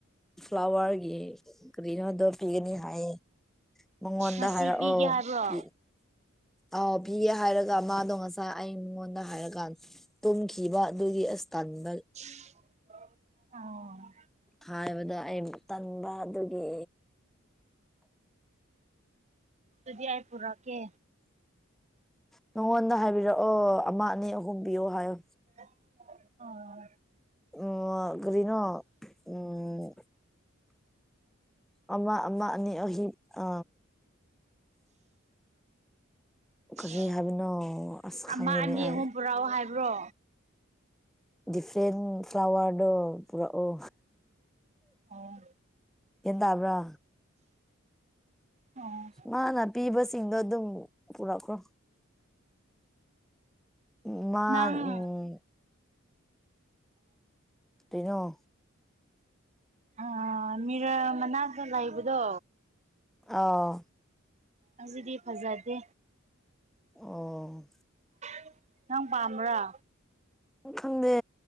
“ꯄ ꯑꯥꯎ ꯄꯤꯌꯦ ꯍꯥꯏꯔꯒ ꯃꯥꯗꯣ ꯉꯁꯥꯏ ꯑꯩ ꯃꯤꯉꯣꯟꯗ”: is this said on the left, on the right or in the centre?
Centre